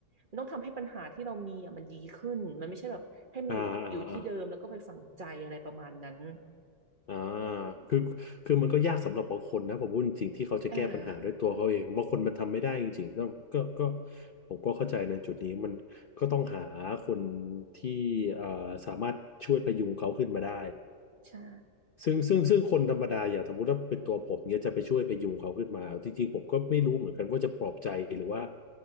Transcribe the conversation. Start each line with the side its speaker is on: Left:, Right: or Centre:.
Right: มันต้องทำให้ปัญหาที่เรามีอ่ะมันดีขึ้นมันไม่ใช่แบบให้มันอยู่อยู่ที่เดิมแล้วก็ไปฝังใจอะไรประมาณนั้น
Left: อ่าอ่าอ่าอ่า
Right: อืม
Left: คือคือมันก็ยากสำหรับบางคนนะผมพูดจริงๆที่เขาจะแก้ปัญหาด้วยตัวเขาเองบางคนมันทำไม่ได้จริงๆแล้วก็ก็
Right: อ่า
Left: ผมก็เข้าใจในจุดนี้มันก็ต้องหาคนที่เอ่อสามารถช่วยพยุงเขาขึ้นมาได้
Right: ใช่
Left: ซึ่งซึ่งซึ่งคนธรรมดาอย่างสมมติว่าเป็นตัวผมเนี่ยจะไปช่วยพยุงเขาขึ้นมาเอาจริงๆผมก็ไม่รู้เหมือนกันว่าจะปลอบใจหรือว่า